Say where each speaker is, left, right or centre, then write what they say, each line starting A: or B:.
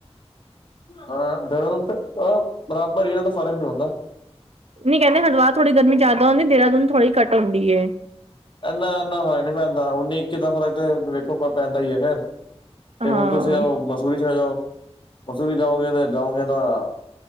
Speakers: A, on the left (about 45°); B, on the right (about 70°).
A: ਹਾਂ ਦਰਨ, ਤੇ ਬਰਾਬਰ, ਇਹ ਤਾਂ ਸਾਰਾ ਨੀ ਹੁੰਦਾ
B: ਨਹੀਂ ਕਹਿੰਦੇ, ਹਰਿਦੁਆਰ ਥੋੜੀ ਗਰਮੀ ਜਾਦਾ ਹੁੰਦੀ, ਦੇਰਹਾਦੁਨ ਥੋੜ੍ਹੀ ਘੱਟ ਹੁੰਦੀ ਹੈ
A: ਇੰਨਾ ਇੰਨਾ ਫਰਕ ਨੀ ਪੈਂਦਾ, ਓਨੀ ਇਕੀ ਦਾਂ ਫ਼ਰਕ ਤੇ, ਵੇਖੋ ਪੈਂਦਾ ਹੀ ਹੈ ਫੇਰ ਤੇ
B: ਹਾਂ
A: ਹੁਣ ਤੁਸੀਂ, ਉਹ ਮਸੂਰੀ ਚਲੇ ਜਾਓ, ਮਸੂਰੀ ਜਾਓਗੇ, ਤੇ ਜਾਓਗੇ ਤਾਂ